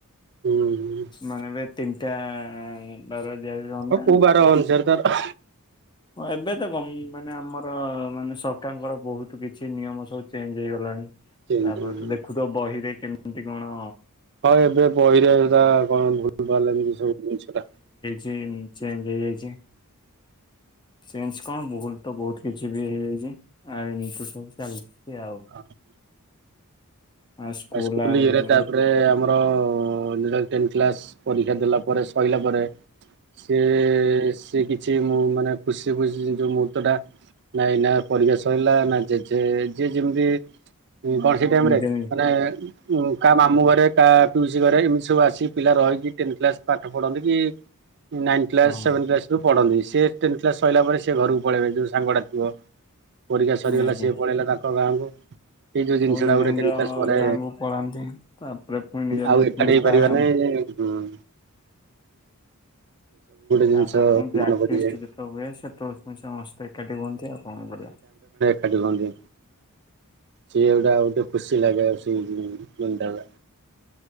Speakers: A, on the right (about 50°); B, on the left (about 20°).
A: ହୁଁ।
B: ମାନେ ଏବେ ତିନିଟା ବାର ଦିଆଯାନ୍ତା
A: ହ କୋଉ ବାର ଅନୁସାରେ ତାର
B: ହଁ ଏବେ ତ ଗ ମାନେ ଆମର ମାନେ ସରକାରଙ୍କର ବହୁତ କିଛି ନିୟମ ସବୁ ଚେଞ୍ଜ ହେଇଗଲାଣି।
A: ଦଉଛନ୍ତି
B: ତାପରେ ତ ଦେଖୁଥିବ ବହିରେ କେମିତି କଣ
A: ହଁ ଏବେ ବହିରେ ଏରା କଣ ଭୁଲ ଭାଲ ଲେଖିଚି ସବୁ ଜିନିଷଟା
B: ଚେନ ଚେଞ୍ଜ ହେଇ ଯାଇଛି। ଚେଞ୍ଜ କଣ ଭୁଲ ତ ବହୁତ କିଛି ବି ହେଇଯାଇଛି ଆଉ ଏମିତି ସବୁ ଚାଲିଛି ଆଉ।
A: ହଉ
B: ଆଉ
A: ଆ ସ୍କୁଲ
B: ଆଉ
A: ଇଏରେ
B: ହୁଁ
A: ତାପରେ ଆମ ର ଯେତେବଳେ ଟେନ୍ତ୍ କ୍ଲାସ ପରୀକ୍ଷା ଦେଲା ପରେ ସଇଲା ପରେ ସିଏ ସିଏ କିଛି ମୁଁ ମାନେ ଖୁସି ଖୁସି ଯୋଉ ମୁହୂର୍ତ୍ତ ଟା ନାଇଁ ନା ପରିକ୍ଷା ସରିଲା ନା ଯେ ଯେ ଯିଏ ଯେମତି <unintelligible>
B: ନିଜେ ନି
A: ଏ ଉଁ ବା କ ମାମୁ ଘରେ କା ପିଉସି ଘରେ ଏମିତି ସବୁ ଆସି ପିଲା ରହିକି ଟେନଥ କ୍ଲାସ ପାଠ ପଢନ୍ତି କି ନାଇନ୍ କ୍ଲାସ
B: ହଁ
A: ସେଭେନ କ୍ଲାସ ରୁ ପଢନ୍ତି ସେ ଟେନ କ୍ଲାସ ସହିଲା ପରେ ସେ ଘରକୁ ପଳେଇବେ ଯୋଉ ସାଙ୍ଗଗୁଡ଼ା ଥିବ ପରୀକ୍ଷା ସରିଗଲା
B: ନିହାତି
A: ସିଏ ପଳେଇଲା ତାଙ୍କ ଗାଁକୁ ଏଇ ଯୋଉ ଜିନିଷ
B: ସବୁ ନିଜ
A: ଟା ଗୋଟେ
B: ନିଜ
A: କେତେ <unintelligible> ପରେ
B: ଗାଁକୁ ପଳାନ୍ତି ତାପରେ ପୁଣି ନିଜ
A: ଆଉ ଏକାଠି
B: ପୁଣି
A: ହେଇପାରିବ
B: ଥାଏ ଆମ
A: ନାଇଁ ଉ ଜିନିଷ
B: ତାପରେ ପୁଣି ବ୍ୟାଚ
A: ମନେ ପଡିଯାଏ
B: ଫିଷ୍ଟି ଯେତବେଳେ ହୁଏ ସେତେବେଳେ ପୁଣି ସମସ୍ତେ ଏକାଟି କୁହନ୍ତି ଆଉ କଣ କରିବା।
A: <unintelligible> ଗୁଡ଼ା ଆଉ ଗୋଟେ ଖୁସି ଲାଗେ ସେଇ ଯୋଉ <unintelligible>